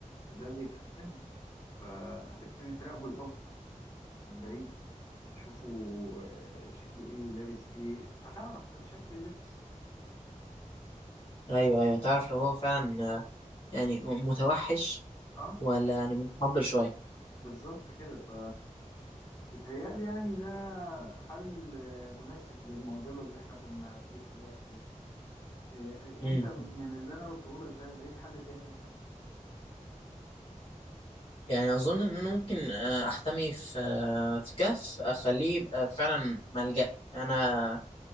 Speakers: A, on the left; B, on the left.
A: ده اللي يتخاف منه فهتبتدي تراقبه الأول من بعيد تشوفه آه، شكله إيه لابس إيه هتعرف من شكل اللبس
B: ايوه ايوه تعرف لو هو فعلا آه، يعني م- متوحش
A: أه
B: ولا يعني متحضر شوية
A: بالظبط كده ف بيتهيألي يعني ده حل آه، مناسب للمعضلة اللي إحنا كنا فيها دلوقتي دي إيه،
B: مم.
A: انت من اللي انا قلته لك ده لقيت حل تاني مثلا
B: يعني اظن ان انا ممكن آه، احتمي في آه، في كهف اخليه يبقى فعلا ملجأي انا